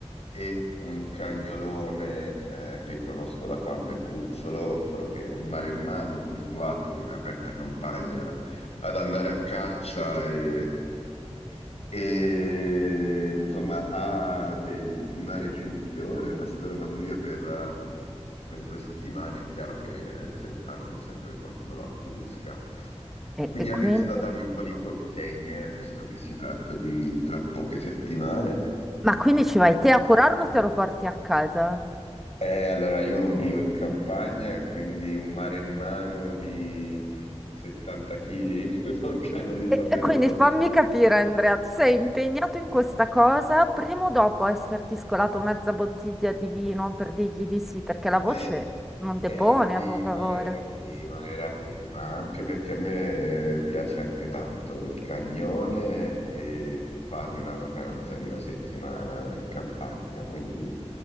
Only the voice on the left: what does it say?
e un cagnolone eh, che conosco da quando è cucciolo, solo che è un maremmano abituato in aperta campagna ad andare a caccia e e insomma, ha del- una recinzione, ma se loro vanno via per, eh, per due settimane è chiaro che cioè, hanno bisogno che qualcuno lo accudisca.
Quindi
hanno
iniziato a darmi un po' di consegne, visto che si tratta di tra poche settimane.
Eh, allora, io non vivo in campagna e quindi un mare in mano di 70 kg <laughs> non credo di
poterlo.
E,
Era prima,
era prima, era prima, anche perché a me piace anche tanto il cagnone e farmi una vacanza di una settimana in campagna, quindi